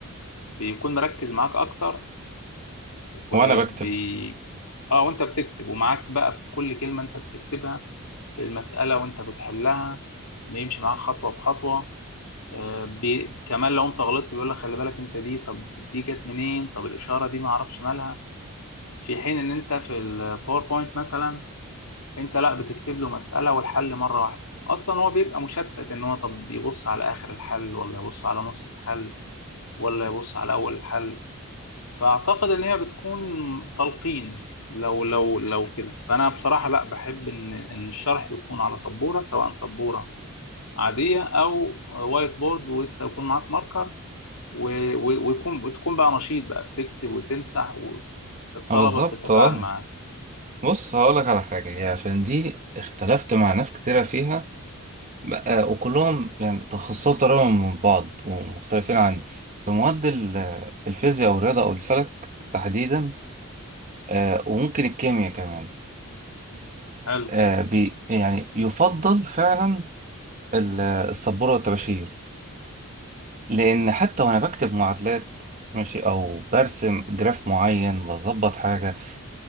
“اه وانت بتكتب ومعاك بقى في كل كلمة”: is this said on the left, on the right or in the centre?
Left